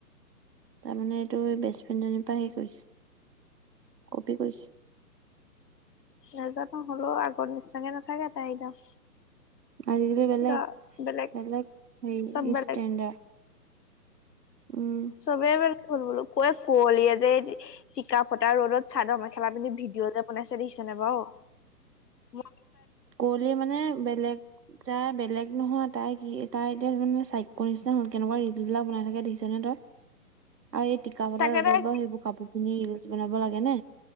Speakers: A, on the right; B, on the left.
A: তাৰমানে এইটো বেষ্ট ফ্ৰেণ্ডজনীৰ পৰা হেই কৰিছে। কপি কৰিছে
B: নাজানো হ'লো আগৰ নিচিনে নাথাকে তাই একদম।
A: আজিকালি বেলেক,
B: পুৰা বেলেগ
A: বেলেক ই
B: চব বেলেগ
A: ষ্টেণ্ডাৰ। উম।
B: চবেই মানে ফুল বোলো কয় কুৱলীয়ে যে এ টিকা ফটা ৰ'দত চাদৰ মেখেলা পিধি ভিডিঅ' যে বনাইছে দেখিছেনে বাৰু? উম
A: কুঁৱলী মানে বেলেগ তাই বেলেগ নহয়, তাই কি তাই এতিয়া এজনী চাইকু নিচিনা হ'ল কেনেকুৱা ৰিলচবিলাক বনাই থাকে দেখিছ নে তই? আৰু এই টিকা ফতা
B: তাকে
A: ৰ'দত
B: তাই
A: বাৰু সেইবোৰ কাপোৰ পিন্ধি ৰিলচ বনাব লাগে নে?